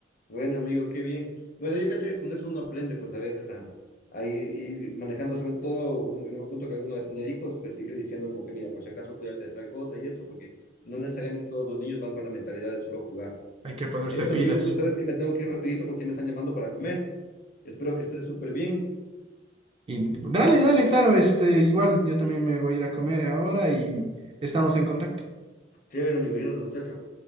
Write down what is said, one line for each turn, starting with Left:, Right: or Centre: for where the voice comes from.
Left: Bueno, amigo, qué bien. Bueno, yo cacho que con eso uno aprende pues a veces a, a ir, ir manejando, sobre todo un- en un punto que alguno de tener hijos, pues irle diciendo como que mira, por si acaso cuídate de tal cosa y esto, porque no necesariamente todos los niños van con la mentalidad de solo jugar.
Right: Hay que ponerse
Left: Eso,
Right: pilas.
Left: amigo, pues sabes que me tengo que ir rapidito porque me están llamando para comer. Espero que estés súper bien.
Right: Y dale, dale, claro, este, igual, yo también me voy a ir a comer ahora y estamos en contacto.
Left: Chévere, amigo, y nos vemos, chao, chao.